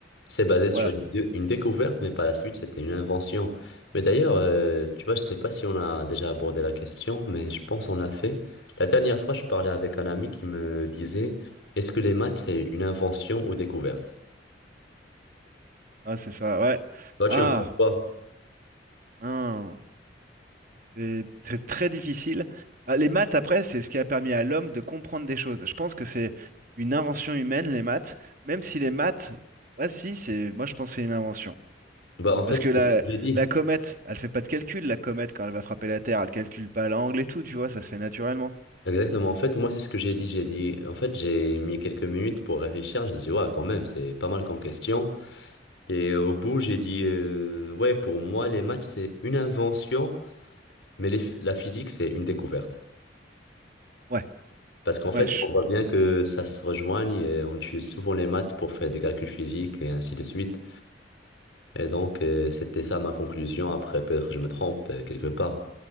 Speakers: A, on the left; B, on the right.
A: C'est basé sur
B: Voilà.
A: une, dé- une découverte, mais par la suite, c'était une invention. Mais d'ailleurs, euh, tu vois, je sais pas si on a déjà abordé la question, mais je pense qu'on l'a fait. La dernière fois, je parlais avec un ami qui me disait, est-ce que les maths, c'est une invention ou découverte?
B: Ah, c'est ça, ouais.
A: Toi,
B: Ah,
A: tu en penses quoi?
B: hein. C'est c'est très difficile. Ah, Les maths, après, c'est ce qui a permis à l'homme de comprendre des choses. Je pense que c'est une invention humaine, les maths, même si les maths, ah si, c'est, moi je pense que c'est une invention.
A: Bah, en fait,
B: Parce que
A: c'est
B: la,
A: ce que j'ai dit.
B: la comète, elle fait pas de calcul, la comète, quand elle va frapper la Terre, elle calcule pas l'angle et tout, tu vois, ça se fait naturellement.
A: Exactement. En fait, moi, c'est ce que j'ai dit. J'ai dit, en fait, j'ai mis quelques minutes pour réfléchir. J'ai dit, ouais, quand même, c'est pas mal comme question. Et au bout, j'ai dit, euh, ouais, pour moi, les maths, c'est une invention, mais les- la physique, c'est une découverte.
B: Ouais,
A: Parce qu'en
B: ouais,
A: fait,
B: je-
A: on voit bien que ça se rejoigne et on utilise souvent les maths pour faire des calculs physiques et ainsi de suite. Et donc, euh, c'était ça ma conclusion. Après, peut-être je me trompe euh, quelque part.